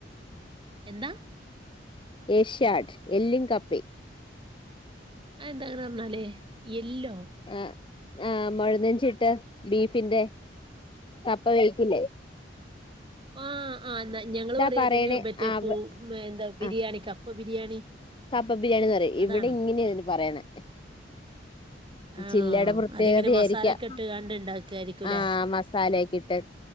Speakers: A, on the right (about 30°); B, on the left (about 30°).
A: എന്താ
B: ഏഷ്യാട് എല്ലിൻ കപ്പേം
A: അത് എന്താ അങ്ങനെപറഞ്ഞാല് എല്ലോ
B: ആ ആ മൊഴനെഞ്ചിട്ട് ബീഫിന്റെ കപ്പ കഴിക്കില്ലേ
A: ആ ആ ഞങ്ങള് പറയാതിന്
B: പറയണേ
A: മറ്റേ
B: അവ
A: പൂ എന്താ ബിരിയാണിക്ക
B: ആ
A: പ്പ ബിരിയാണി.
B: കപ്പ ബിരിയാണീന്ന് പറയും.
A: അതാണോ
B: ഇവിടെ ഇങ്ങനെയാതിന് പറയണെ.
A: ആണോ
B: ജില്ലയുടെ പ്രത്യേകതയായിരിക്കാം.
A: അതിങ്ങനെ മസാലൊക്കെ ഇട്ട് കാണ്ട് ഉണ്ടാക്കുവായിരിക്കുംല്ലേ
B: ആ മസാലയൊക്കെ ഇട്ട്